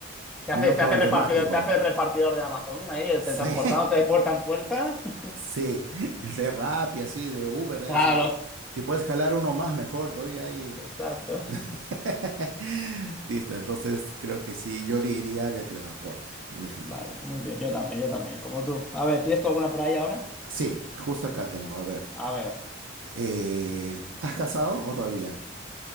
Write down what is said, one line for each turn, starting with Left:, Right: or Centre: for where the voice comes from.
Centre: Te
Right: menos
Centre: hace, te
Right: problemático.
Centre: hace repartidor, te hace repartidor de Amazon ahí,
Right: <laughs> Sí.
Centre: teletransportándote de puerta en puerta. <laughs>
Right: Sí, <laughs> de Rappi, así, de Uber, de
Centre: Claro.
Right: ahí, sí que- si puedes jalar uno más, mejor todavía ahí.
Centre: Exacto.
Right: <laughs> Listo, entonces creo que sí, yo le iría al de teletransporte, en definitiva.
Centre: Vale, muy bien, yo también, yo también, como tú. A ver, ¿tienes tú alguna por ahí ahora?
Right: Sí, justo acá tengo, a ver.
Centre: A ver.
Right: eh, ¿estás casado o todavía?